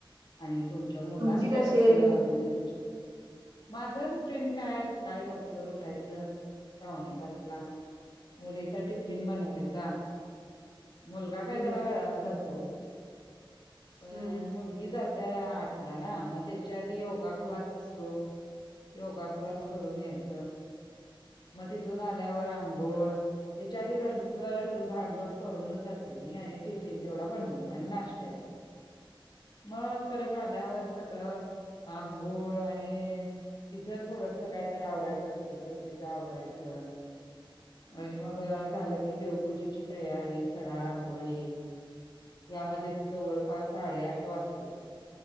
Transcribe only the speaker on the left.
आणि तुमच्या मुलांच
कसं
म्हणजे तुझं माझ रुटीन काय सकाळी लवकर उठायचं पावणे पाचला. मुलीचा टिफिन बनवायचा, मुलगा
काय जरा वेळाानं जातो. होय
आणि मुलगी जाते आठला ना मग त्याच्या आधी योगा क्लास असतो. योगा क्लास करून यायचं म तिथून आल्यावर आंघोळ त्याच्या आधी घर घर झाडलोट करूनच जा ते मी आणि टिफिन तेवढा बनवून आणि नाश्त्याच मग परत आल्यावर सगळं आंघोळ आणि तिझं थोडस काहीत आवरायचं असेल, तर तिच आवरायचं आणि मग झालं की देवपूजेची तयारी सडा, रांगोळी. यामध्येच जवळपास साडेआठ वाजतेत.